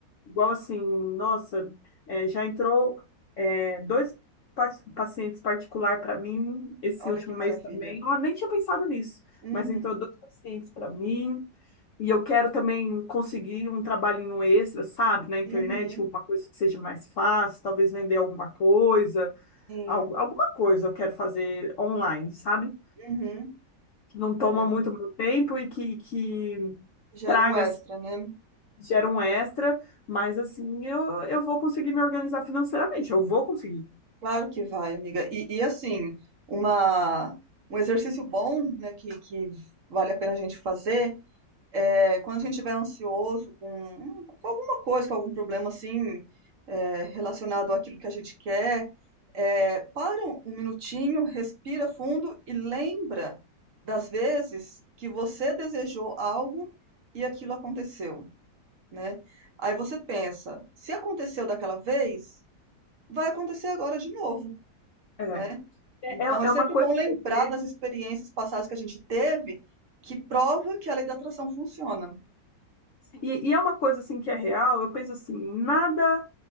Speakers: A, on the left; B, on the right.
A: Igual assim, nossa, é, já entrou é, dois pa- pacientes particular para mim esse
B: Olha
A: último
B: que maravilha.
A: mês também. Eu nem tinha pensado nisso,
B: Uhum,
A: mas entrou dois pacientes para mim. E eu quero também conseguir um trabalhinho extra, sabe, na internet,
B: uhum,
A: alguma coisa que seja mais fácil, talvez vender alguma coisa,
B: sim,
A: al- alguma coisa eu quero fazer online, sabe?
B: uhum.
A: Que não toma
B: É,
A: muito meu tempo e que, que
B: gera
A: traga
B: um extra, né?
A: gera um extra, mas assim, eu, eu vou conseguir me organizar financeiramente, eu vou conseguir.
B: Claro que vai, amiga. E, e assim, uma, um exercício bom, né, que, que vale a pena a gente fazer, é quando a gente estiver ansioso com, um- com alguma coisa, com algum problema assim, é, relacionado àquilo que a gente quer, é, para um minutinho, respira fundo e lembra das vezes que você desejou algo e aquilo aconteceu. né? Aí você pensa, se aconteceu daquela vez, vai acontecer agora de novo,
A: É,
B: né?
A: é,
B: Então
A: é
B: é
A: é
B: sempre
A: uma coisa
B: bom lembrar
A: que eu penso,
B: das experiências passadas que a gente teve, que prova que a lei da atração funciona.
A: e, e é uma coisa assim que é real, eu penso assim, nada,